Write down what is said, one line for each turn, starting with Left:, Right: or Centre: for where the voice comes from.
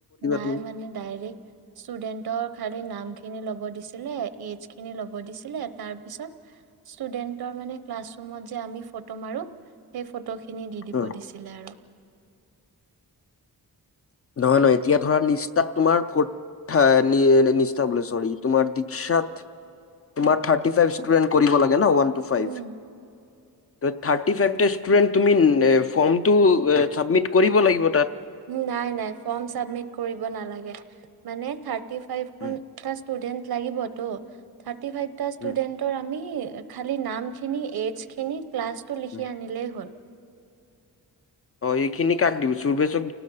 Right: নাই
Left: তুমি?
Right: মানে ডাইৰেক্ট ষ্টুডেন্টৰ খালি নাম খিনি লৱ দিছিলে লৱ‌ দিছিলে এজ খিনি লৱ দিছিলে তাৰপিছত ষ্টুডেণ্টছৰ মানে ক্লাচৰুমত যে আমি ফটোমাৰো সেই ফটোখিনি খিনি দি দিব
Left: হুম,
Right: দিছিলে আৰু
Left: নহয় নহয় এতিয়া ধৰা নিষ্ঠাত তোমাৰ ক'ত থা নিষ্ঠা বোলে সৰি তোমাৰ দিক্ষসাত তোমাৰ থাৰটিফাইপট ষ্টুডেণ্ট কৰিব লাগিব গ না ওৱান টু ফাইভ
Right: উম
Left: ত' থাৰ্টি ফাইভতে ষ্টুডেণ্ট তুমি ফৰ্মটো ছাবমিট কৰিব লাগিব তাত
Right: নাই নাই ফৰ্ম চাবমিট কৰিব নালাগে মানে থি ফাইভখন
Left: হুম,
Right: ফা ষ্টুডেন্ট লাগিবতো থৰ্টিফাইভটা ষ্টুডেণ্টৰ
Left: হুম,
Right: আমি খালি নামখিনি এজ খিনি ক্লাছটো লিখি
Left: হুম।
Right: আনিলেই হ'ল
Left: এই খিনি কাক দি চোৰভেছ